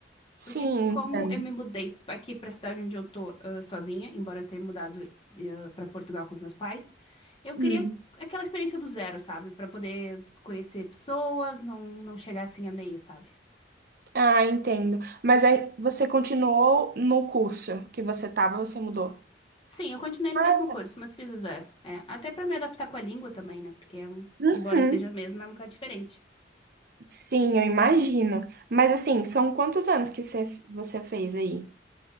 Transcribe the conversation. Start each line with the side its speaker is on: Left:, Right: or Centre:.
Right: Sim,
Left: Porque como
Right: entendo.
Left: eu me mudei aqui pra cidade onde eu tô, ah, sozinha, embora eu tenha mudado, ah, pra Portugal com os meus pais, eu queria
Right: Hum.
Left: aquela experiência do zero, sabe? Pra poder conhecer pessoas, não, não chegar assim a meio, sabe?
Right: Ah, entendo. Mas aí você continuou no curso que você tava, você mudou?
Left: Sim, eu continuei no
Right: Ah,
Left: mesmo curso,
Right: tá.
Left: mas fiz o zero. É, até pra me adaptar com a língua também, né? Porque, é um-
Right: Uhum.
Left: embora seja a mesma, é um bocado diferente.
Right: Sim, eu imagino. Mas assim, são quantos anos que você, você fez aí?